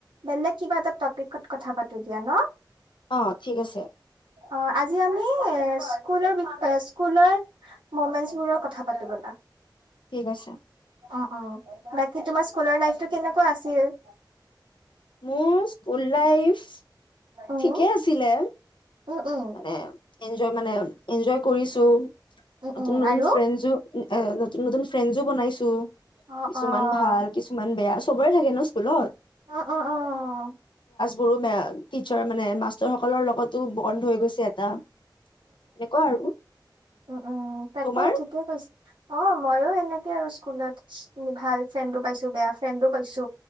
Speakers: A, on the right; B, on the left.
A: বেলেগ কিবা এটা টপিকত কথা পাতো দিয়া ন?
B: অ', ঠিক আছে।
A: অ', আজি আমি স্কুলৰ বি- স্কুলৰ মমেন বোৰৰ কথা পাতো বলা।
B: ঠিক আছে।
A: অ', অ', বাকি তোমাৰ স্কুলৰ ন টো কেনেকুৱা আছিল?
B: মোৰ স্কুল লাইফ
A: উম,
B: ঠিকে আছিলে
A: উম, উম,
B: মানে ইঞ্জয় মানে ইঞ্জয় কৰিছো। নতুন-নতুন
A: উম, উম, আৰু?
B: ফ্ৰেণ্ডচো, আ- নতুন-নতুন ফ্ৰেণ্ডচো বনাইছো,
A: অ',
B: কিছুমান
A: অ',
B: ভাল কিছুমান বেয়া। চবৰে থাকে ন স্কুলত।
A: অ', অ', অ'।
B: গোৰো মে <unintelligible> টিচাৰ মানে মাষ্টৰ সকলৰ লগতো বন্ধ হৈ গৈছে এটা। তেনেকুৱা আৰু।
A: উ তাকে
B: তোমাৰ
A: ঠিকে কৈছে অ', ময়ো সেনেকে আৰু স্কুলত ভাল ফ্ৰেণ্ডো পাইছো, বেয়া ফ্ৰেণ্ডো পাইছো।